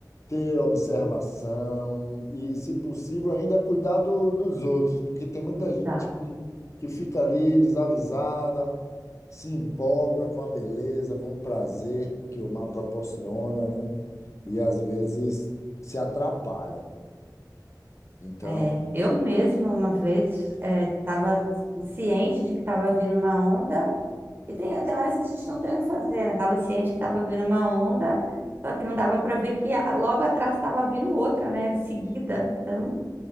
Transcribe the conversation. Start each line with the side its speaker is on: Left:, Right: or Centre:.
Left: ter observação e, se possível, ainda cuidar do- dos outros, porque tem muita
Right: Exato.
Left: gente que que fica ali desavisada se empolga com a beleza, com o prazer que o mar proporciona, né? E às vezes se atrapalha. Então,
Right: É, eu mesma uma vez estava ciente de que estava vindo uma onda, e tem, tem horas que a gente não tem o que fazer, né? Estava ciente que estava vindo uma onda, só que não dava para ver que a- logo atrás estava vindo outra, né? Seguida. Então,